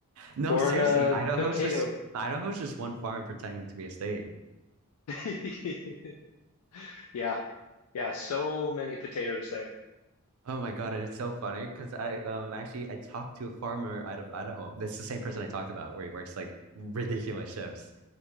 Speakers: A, on the right (about 75°); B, on the left (about 90°).
A: No,
B: Born
A: seriously,
B: a
A: Idaho's
B: potato.
A: just Idaho's just one farm pretending to be a state.
B: <laughs> Yeah. Yeah. So many potatoes there.
A: Oh my God, and it's so funny because I um actually I talked to a farmer out of Idaho. That's the same person I talked about where he works like ridiculous shifts.